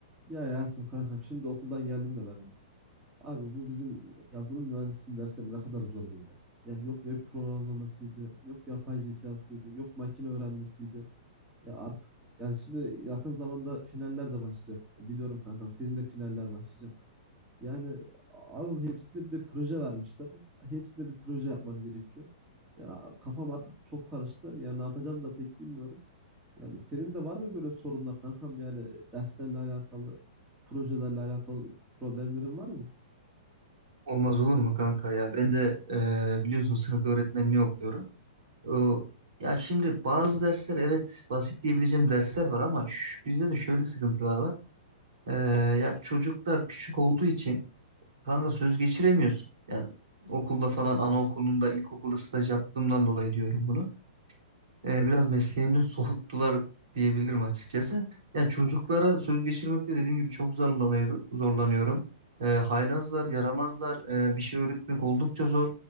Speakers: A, on the right; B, on the right.
A: Ya Yasin kankam şimdi okuldan geldim de ben de. Abi bu bizim yazılım mühendisliğinin dersleri ne kadar zor böyle. Ya yok web programlamasıydı, yok yapay zekasıydı, yok makine öğrenmesiydi. Ya artık yani şimdi yakın zamanda finaller de başlayacak. Biliyorum kankam senin de finaller başlayacak. Yani abi hepsine bir de proje vermişler. Hepsine bir proje yapmam gerekiyor. Ya kafam artık çok karıştı. Ya ne yapacağım da pek bilmiyorum. Yani senin de var mı böyle sorunlar kankam? Yani derslerle alakalı, projelerle alakalı problemlerin var mı?
B: Olmaz olur mu kanka ya? Ben de e, biliyorsun sınıf öğretmenliği okuyorum. O, ya şimdi bazı dersler evet basit diyebileceğim dersler var ama ş- bizde de şöyle sıkıntılar var. E, ya çocuklar küçük olduğu için kanka söz geçiremiyorsun. Yani okulda falan anaokulunda ilkokulda staj yaptığımdan dolayı diyorum bunu e, biraz mesleğimden soğuttular diyebilirim açıkçası. Yani çocuklara söz geçirmekte dediğim gibi çok zorlanıyor, zorlanıyorum. E, haylazlar, yaramazlar, e, bir şey öğretmek oldukça zor.